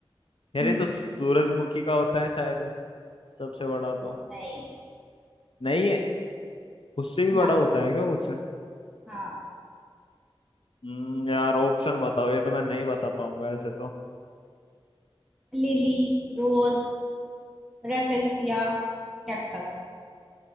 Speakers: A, on the left (about 65°); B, in the centre.
A: यार
B: हम्म
A: ये तो सूरजमुखी का होता है शायद सबसे बड़ा तो
B: नहीं
A: नहीं है उससे भी
B: ना
A: बड़ा होता है क्या कुछ
B: हाँ
A: हम्म यार ऑप्शन बताओ ये तो मैं नहीं बता पाऊंगा ऐसे तो
B: लिली रोज रेफेलसिया कैक्टस